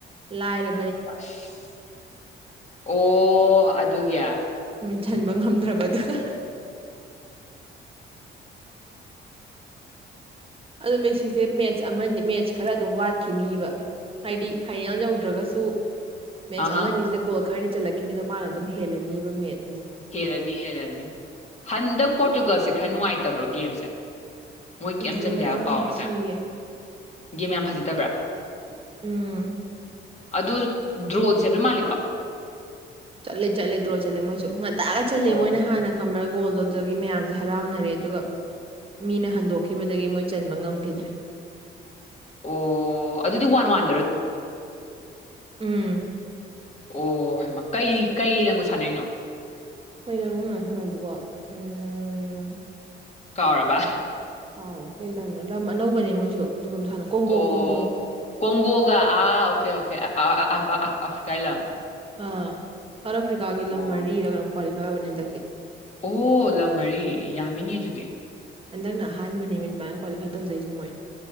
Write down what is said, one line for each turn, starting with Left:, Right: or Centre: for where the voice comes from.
Right: ꯂꯥꯏꯔ
Left: ꯑꯁ ꯑꯣ ꯑꯗꯨꯒꯤ꯫
Right: ꯎꯝ ꯊꯟꯕ ꯉꯝꯗ꯭ꯔꯕ ꯑꯗꯨꯒ꯫ ꯑꯗꯨ ꯃꯦꯁꯤꯁꯦ ꯃꯦꯠꯆ ꯑꯃꯅꯤ ꯃꯦꯠꯆ ꯈꯔ ꯑꯗꯨꯝ ꯋꯥꯠꯈꯤꯅꯤꯕ ꯍꯥꯏꯗꯤ ꯐꯥꯏꯅꯦꯜ ꯌꯧꯗ꯭ꯔꯒꯁꯨ꯫ ꯃꯦꯠꯆ
Left: ꯑꯍꯥ
Right: ꯑꯃꯅꯤꯁꯤꯗ ꯒꯣꯜ ꯈꯔꯗꯤ ꯆꯠꯂꯛꯈꯤꯅꯤꯗꯣ ꯃꯥꯅ ꯑꯗꯨꯝ ꯍꯦꯜꯂꯅꯤꯕ ꯃꯦꯠ꯫
Left: ꯍꯦꯜꯂꯅꯤ ꯍꯦꯜꯂꯅꯤ ꯍꯟꯗꯛ ꯄꯣꯔꯇꯨꯒꯜꯁꯦ ꯈꯔ ꯅꯨꯡꯉꯥꯏ ꯇꯕ꯭ꯔꯣ ꯒꯦꯝꯁꯦ꯫ ꯃꯣꯏ ꯀꯩꯝ
Right: ꯑꯗꯨꯒ
Left: ꯆꯟꯗꯦ
Right: ꯉꯔꯥꯡ
Left: ꯍꯥꯏꯕ ꯄꯥꯎ
Right: ꯌꯥꯝ
Left: ꯑꯃꯇ
Right: ꯊꯤꯌꯦ꯫
Left: ꯒꯦꯝ ꯌꯥꯝ ꯐꯖꯗꯕ꯭ꯔꯥ꯫
Right: ꯎꯝ꯫
Left: ꯑꯗꯨ ꯗ꯭ꯔꯣꯗꯤ ꯆꯠꯄ ꯃꯥꯜꯂꯤꯀꯣ꯫
Right: ꯆꯠꯂꯦ ꯆꯠꯂꯦ ꯗ꯭ꯔꯣ ꯆꯠꯂꯦ ꯃꯣꯏꯁꯨ꯫ ꯉꯟꯇꯥꯒ ꯆꯜꯂꯦ
Left: ꯑꯣ
Right: ꯃꯣꯏꯅ ꯍꯥꯟꯅ ꯈꯡꯕ꯭ꯔꯥ꯫ ꯒꯣꯜ ꯑꯗꯨꯗꯒꯤ ꯃꯌꯥꯝꯁꯦ ꯍꯔꯥꯎꯅꯔꯦ ꯑꯗꯨꯒ ꯃꯤꯅ ꯍꯟꯗꯣꯛꯈꯤꯕꯗꯒꯤ ꯃꯣꯏ ꯆꯟꯕ ꯉꯝꯒꯤꯗ꯭ꯔꯦ꯫
Left: ꯑꯣ ꯑꯗꯨꯗꯤ ꯋꯥꯟ ꯋꯥꯟꯗꯔꯣ
Right: ꯎꯝ꯫
Left: ꯑꯣ ꯀꯩ ꯀꯩ ꯂꯝꯒ ꯁꯥꯟꯅꯩꯅꯣ꯫
Right: ꯀꯩ ꯂꯝꯅꯣ ꯅꯍꯥꯟ ꯁꯥꯟꯅꯕꯗꯨꯕꯣ ꯎꯝ꯫
Left: ꯀꯥꯎꯔꯕ꯫
Right: ꯑꯥꯎ ꯀꯩ ꯂꯝꯅꯣ ꯂꯝ ꯑꯅꯧꯕꯅꯦ ꯃꯣꯏꯁꯨ꯫ ꯑꯗꯨꯒ ꯁꯥꯟꯅ ꯀꯣꯡꯒꯣ
Left: ꯑꯣ
Right: ꯀꯣꯡꯒꯣ
Left: ꯀꯣꯡꯒꯣꯒ ꯑꯥ ꯑꯣꯀꯦ ꯑꯣꯀꯦ꯫ ꯑꯥ ꯑꯥ ꯑꯥ ꯑꯁ ꯀꯥꯏ ꯂꯝ꯫
Right: ꯑꯥ ꯁꯥꯎꯠ ꯑꯐ꯭ꯔꯤꯀꯥꯒꯤ ꯂꯝ
Left: ꯑꯣ
Right: ꯃꯔꯤꯔꯒꯨꯝ ꯀ꯭ꯋꯥꯂꯤ ꯐꯔꯕꯅꯦ ꯍꯟꯗꯛꯇꯤ꯫
Left: ꯑꯣ ꯂꯝ ꯃꯔꯤ ꯌꯥꯝꯃꯤꯅꯦ ꯑꯗꯨꯗꯤ꯫
Right: ꯍꯟꯗꯛꯅ ꯑꯍꯥꯟꯕ ꯅꯨꯃꯤꯠ ꯑꯗꯨꯃꯥꯏꯅ ꯀ꯭ꯋꯥꯂꯤꯐꯥꯏ ꯇꯧꯖꯩꯁꯦ ꯃꯣꯏ꯫